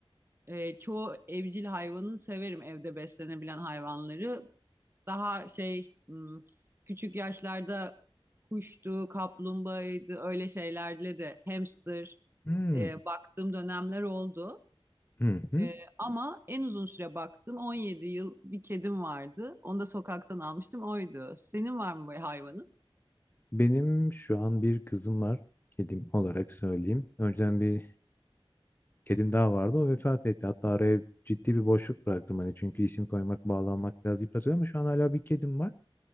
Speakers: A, on the right; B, on the left.
A: e, çoğu evcil hayvanı severim evde beslenebilen hayvanları. Daha şey hmm, küçük yaşlarda kuştu, kaplumbağaydı öyle şeylerle de hamster
B: Hmm,
A: e, baktığım dönemler oldu.
B: Hı hı.
A: Ee, ama en uzun süre baktım 17 yıl bir kedim vardı. Onu da sokaktan almıştım oydu. Senin var mı böyle hayvanın?
B: Benim şu an bir kızım var. Kedim olarak söyleyeyim. Önceden bir kedim daha vardı. O vefat etti. Hatta araya ciddi bir boşluk bıraktım hani çünkü isim koymak, bağlanmak biraz yıpratıyor ama şu an hala bir kedim var.